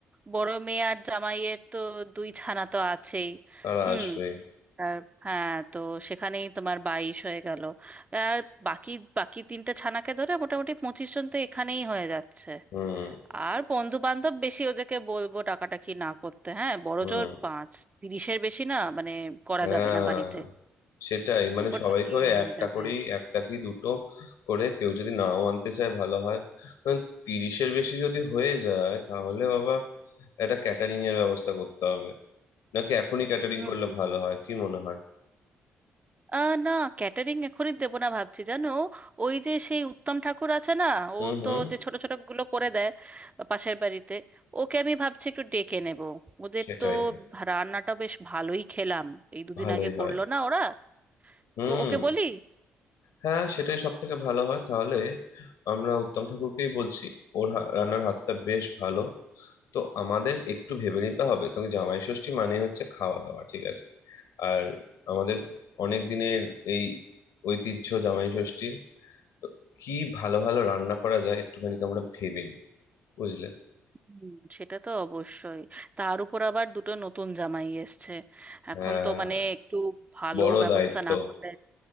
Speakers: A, on the right; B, on the left.
A: বড় মেয়ে আর জামাইয়ের তো দুই ছানা তো আছেই
B: তারা
A: হুম
B: আসবে
A: আর হ্যাঁ তো সেখানেই তোমার বাইশ হয়ে গেল আর বাকি বাকি তিনটে ছানাকে ধরে মোটামুটি পঁচিশ জন তো এখানেই হয়ে যাচ্ছে
B: হুম
A: আর বন্ধু বান্ধব বেশি ওদেরকে বলবো টাকাটা কি না করতে হ্যাঁ বড়
B: হুম
A: জোর পাঁচ তিরিশের বেশি না মানে করা
B: হ্যাঁ
A: যাবে না বাড়িতে
B: সেটাই মানে
A: বড্ড
B: সবাইকে
A: ভিড়
B: ওই
A: হয়ে
B: একটা
A: যাবে
B: করেই একটা কি দুটো করে কেউ যদি নাও আনতে চায় ভালো হয় কারণ তিরিশের বেশি যদি হয়ে যায় তাহলে বাবা একটা ক্যাটারিং এর ব্যবস্থা করতে হবে নাকি এখনই ক্যাটারিং
A: হুম
B: করলে ভালো হয় কি মনে হয়
A: আহ না ক্যাটারিং এখনই দেবো না ভাবছি জানো ওই যে সেই উত্তম ঠাকুর আছে না ও
B: হুম
A: তো
B: হুম
A: যে ছোট ছোট গুলো করে দেয় পাশের বাড়িতে ওকে আমি ভাবছি একটু ডেকে নেব ওদের
B: সেটাই
A: তো রান্নাটা বেশ ভালোই খেলাম এই দুদিন
B: ভালোই
A: আগে
B: হয়
A: করলো না ওরা
B: হুম
A: তো ওকে বলি
B: হ্যাঁ সেটাই সব থেকে ভালো হয় তাহলে আমরা উত্তম ঠাকুরকেই বলছি ওর হা- রান্নার হাতটা বেশ ভালো তো আমাদের একটু ভেবে নিতে হবে কারণ জামাই ষষ্ঠী মানে হচ্ছে খাওয়া দাওয়া ঠিক আছে আর আমাদের অনেক দিনের এই ঐতিহ্য জামাই ষষ্ঠীর তো কি ভালো ভালো রান্না করা যায় একটুখানি আমরা ভেবে নিই বুঝলে
A: হুম। সেটা তো অবশ্যই তার উপর আবার দুটো নতুন জামাই এসছে এখন
B: হ্যাঁ
A: তো মানে একটু ভালো
B: বড়
A: ব্যবস্থা
B: দায়িত্ব
A: না করলে